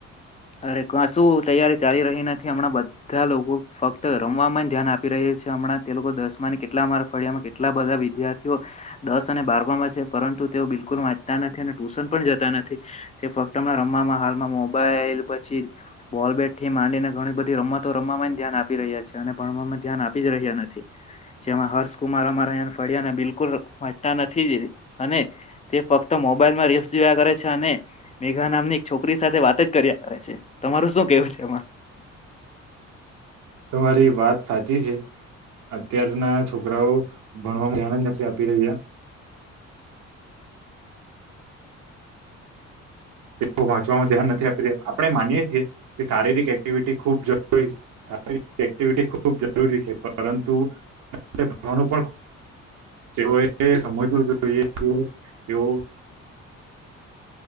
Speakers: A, on the left; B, on the right.
A: અરે કશું તૈયારી ચાલી રહી નથી હમણાં બધા લોકો ફક્ત રમવામાં ધ્યાન આપી રહ્યા છે છે હમણાં તે લોકો દસમાં ને કેટલા માર્ગ ફળ્યામાં કેટલા બધા વિદ્યાર્થીઓ દસ અને બારમાં છે પરંતુ તું તેઓ બિલકુલ વાંચતા નથી અને ટ્યુશન પણ જતા નથી તે ફક્ત હમણા રમવામાં હાલમાં મોબાઈલ પછી બોલ બેટ થી માંડીને ઘણી બધી રમતો રમ ધ્યાન આપી રહ્યા છે અને ભણ ધ્યાન આપી જ રહ્યા નથી જેમાં હર્ષકુમાર અમાને ફળ્યા બિલકુલ વાતા નથી જ અને તે ફક્ત મોબાઈલ માં રીલ્સ જોયા કરે છે અને મેઘા નામની એક છોકરી સાથે વાત જ કરી છે તમારું શું કેવું છે એમાં
B: તમારી વાત સાચી છે અત્યારના છોકરાઓ ભણવાવામાં ધ્યાન જ નથી આપી રહ્યા <inaudible> દો ચવાનું ધ્યાન નથી આપી આપણે માની છીએ કે શારીરિક એક્ટિવિટી ખૂબ જરૂરી છે. એક્ટિવિટી ખૂબ જરૂરી છે પરંતુ પણ તેઓએ સમજવું જોઈએ કે તેઓ <inaudible>